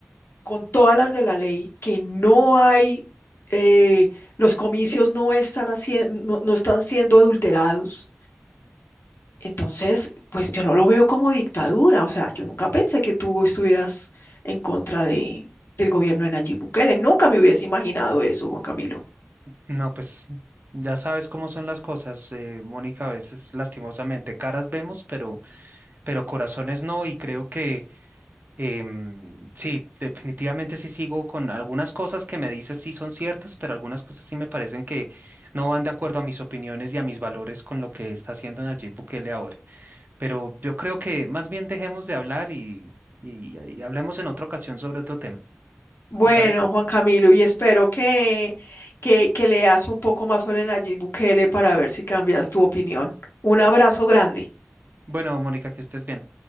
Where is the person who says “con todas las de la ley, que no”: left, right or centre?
Left